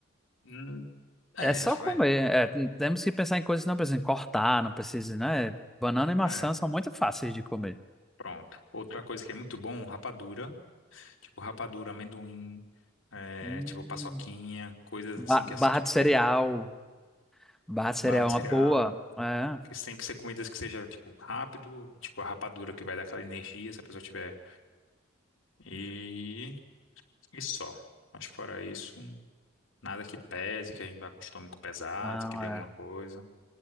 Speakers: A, on the left (about 80°); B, in the centre.
A: Hum, é,
B: É só
A: fa-
B: comer.
A: é,
B: É, temos que pensar em coisas que não precisam cortar, não precisa, né? Banana e maçã
A: é.
B: são muito fáceis de comer.
A: Pronto. Outra coisa que é muito bom, rapadura. Tipo rapadura, amendoim, é,
B: Hum.
A: tipo paçoquinha, coisas
B: Ba-
A: assim que
B: barra
A: é tipo
B: de cereal.
A: que-
B: Barra de
A: barra
B: cereal
A: de
B: é uma
A: cereal.
B: boa. É,
A: Que tem que ser comidas que seja tipo rápido, tipo a rapadura que vai dar aquela energia se a pessoa tiver. E, e só. Acho que fora isso, nada que pese, que a gente vá com o estômago pesado,
B: não,
A: que dê
B: é.
A: alguma coisa.